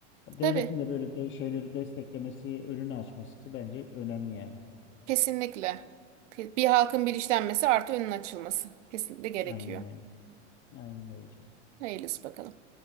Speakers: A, on the left; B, on the right.
A: Devletin
B: Tabii,
A: de böyle de şeyleri desteklemesi, önünü açması bence önemli yani.
B: kesinlikle. Bir halkın bilinçlenmesi artı önün açılması. Kesinlikle gerekiyor.
A: Aynen öyle. Aynen öyle canım.
B: Hayırlısı bakalım.